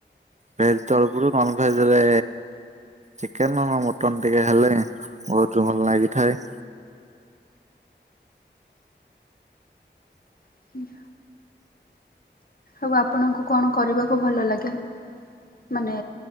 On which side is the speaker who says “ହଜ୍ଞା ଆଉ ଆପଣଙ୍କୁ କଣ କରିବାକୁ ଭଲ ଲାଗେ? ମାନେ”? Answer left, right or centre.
Left